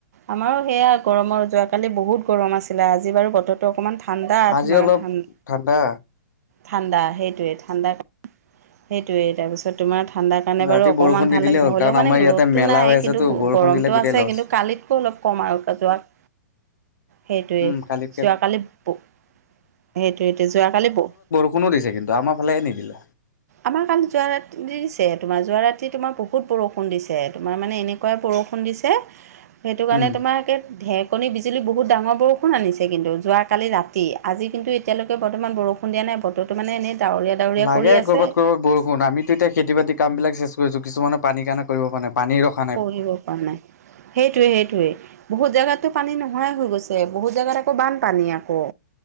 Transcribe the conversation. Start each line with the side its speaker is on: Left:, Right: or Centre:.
Right: আমাৰো সেয়া গৰমৰ যোৱাকালি বহুত গৰম আছিলে আজি বাৰু বত- টো অকণমান ঠাণ্ডা
Left: আজি
Right: তোমাৰ
Left: অলপ
Right: ঠান-
Left: ঠাণ্ডা
Right: ঠাণ্ডা সেইটোৱে ঠাণ্ডা সেইটোৱে তাৰপিছত তোমাৰ ঠাণ্ডা- কাৰণে
Left: ৰাতি
Right: বাৰু অকণমান
Left: বৰষুণ
Right: ভাল
Left: নিদিলেই
Right: লাগিছে
Left: হ'ল
Right: হ'লেও
Left: কাৰণ
Right: মানে
Left: আমাৰ ইয়াতে
Right: ৰ'দটো
Left: মেলা
Right: নাই
Left: হৈ আছেতো
Right: কিন্তু
Left: বৰষুণ
Right: গৰমটো
Left: দিলে গোটেই
Right: আছে
Left: লছ
Right: কিন্তু কালিত- অলপ কম আৰু কাজোৱ- সেইটোৱে
Left: উম কালিতকে
Right: যোৱাকালি পৌ সেইটোৱেই যোৱাকালি পৌ-
Left: বখুনো দিছে কিন্তু আমাৰ ফালে হে নিদিলে।
Right: আমাৰ কালি যোৱা ৰাতি দিছে তোমাৰ যোৱা ৰাতি তোমাৰ বহুত বৰষুণ দিছে, তোমাৰ মানে এনেকুৱাই বৰষুণ দিছে। সেইটো কাৰণে
Left: উম
Right: তোমাৰ একে ঢেক- কণী বিজুলী বহুত ডাঙৰ বৰষুণ আনিছে কিন্তু যোৱাকালি ৰাতি আজি কিন্তু এতিয়ালৈকে বৰ্তমান বৰষুণ- সুধিয়া নাই বতৰ টো মানে এনে ডাৱৰীয়া- ডাৱৰীয়া
Left: লাগে
Right: কৰি আছে
Left: গগত। বৰষুণ আমিতো এতিয়া খেতি বাতি কাম বিলাক চেছ কৰিছো, কিছুমানে পানীৰ কাৰণে কৰিব পৰা নাই পানীৰ ৰখ-
Right: পঢ়িব পৰা নাই সেইটোৱে সেইটোৱে। বহুত জোগাততো পানী নোহোৱাই হৈ গৈছে, বহুত জোগাত আকৌ বানপানী আকৌ।